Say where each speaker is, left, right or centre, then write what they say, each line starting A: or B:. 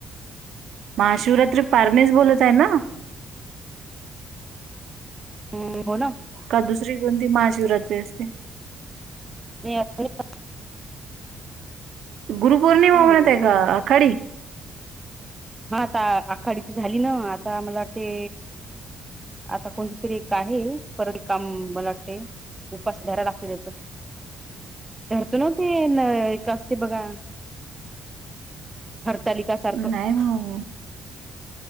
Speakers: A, on the right; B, on the right.
A: महाशिवरात्री पारणेस बोलवताय ना?
B: <unintelligible> हम्म बोला.
A: का दुसरी कोणती महाशिवरात्री असते?
B: मी. <unintelligible>
A: गुरुपौर्णिमा
B: काय
A: म्हणत आहे का आखाडी?
B: हा आता आखाडी त झाली ना आता मला वाटते आता कोण तरी एक आहे परत काम मला वाटते. उपासधरा्या दखव द्यायचं. धरतो नव्हते न कासते बघा. हरतालिका सारखं.
A: नाही मग